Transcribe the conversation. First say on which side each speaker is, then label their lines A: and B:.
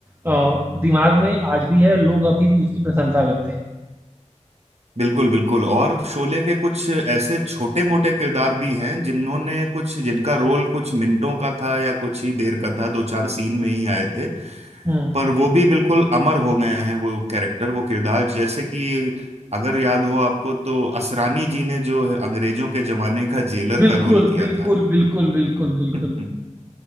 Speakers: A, on the right; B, on the right.
A: अ, दिमाग में आज भी है लोग अभी भी उसकी प्रशंसा करते हैं
B: बिल्कुल बिल्कुल और शोले के कुछ ऐसे छोटे मोटे किरदार भी हैं जिन्होंने कुछ जिनका रोल कुछ मिनटों का था या कुछ ही देर का था दो चार सीन में ही आए थे
A: हम्म
B: पर वो भी बिल्कुल अमर हो गए हैं वो कैरेक्टर वो किरदार जैसे कि अगर याद हो आपको तो असरानी जी ने जो अंग्रेजों के जमाने का जेलर
A: बिल्कुल
B: का रोल किया
A: बिल्कुल
B: था
A: बिल्कुल बिल्कुल बिल्कुल
B: <laughs>